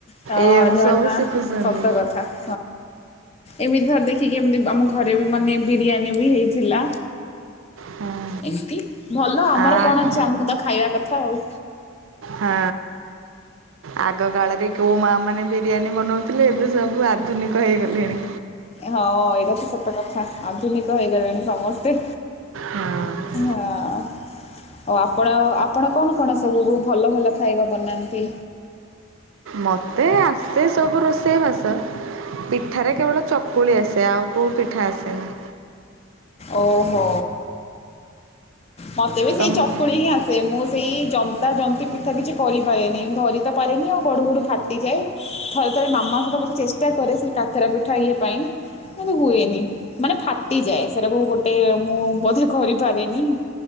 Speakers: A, on the left (about 30°); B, on the right (about 85°).
A: ହଁ
B: ଏଇଆକୁ
A: ନୂଆ
B: ସବୁ
A: ନୂଆ
B: ଶିଖୁଛନ୍ତି।
A: ସତ କଥା ହଁ। ଏମିତି ଥରେ ଦେଖିକି ଏମିତି ଆମ ଘରେ ବି ମାନେ ବିରିୟାନୀ ବି ହେଇଥିଲା।
B: ହଁ
A: ଏମିତି ଭଲ ଆମର
B: ଆଉ
A: କଣ ଅଛି ଆମକୁ ତ ଖାଇବା କଥା ଆଉ।
B: ହଁ। ଆଗ କାଳରେ କୋଉ ମା ମାନେ ବିରିୟାନୀ ବନଉଥିଲେ ଏବେ ସବୁ ଆଧୁନିକ ହେଇଗଲେଣି।
A: ହଁ ଏଇଟା ତ ସତ କଥା ଆଧୁନିକ ହେଇଗଲେଣି ସମସ୍ତେ।
B: ହଁ
A: ହଁ। ଓଉ ଆପଣ ଆପଣ କଣ କଣ ସବୁ ଭଲ ଭଲ ଖାଇବା ବନାନ୍ତି।
B: ମତେ ଆସେ ସବୁ ରୋଷେଇବାସ। ପିଠାରେ କେବଳ ଚକୁଳି ଆସେ ଆଉ କୋଉ ପିଠା ଆସେନି।
A: ଓହୋ ମତେ ବି ସେଇ
B: ତମକୁ
A: ଚକୁଳି ହିଁ ଆ ସେ ମୁଁ ସେଇ ଜନ୍ତା ଜନ୍ତୀ ପିଠା କିଛି କରିପାରେନି ଧରି ତ ପାରେନି ଆଉ ଗଢ଼ୁ ଗଢୁ ଫାଟିଯାଏ। ଥରେ ଥରେ ମାମା ସହିତ ବସି ଚେଷ୍ଟା କରେ ସେ କାକରା ପିଠା ଇଏ ପାଇଁ। ତ ହୁଏନି ମାନେ ଫାଟି ଯାଏ। ସେଟାକୁ ଗୋଟେ ମୁଁ ବୋଧେ କରିପାରେନି।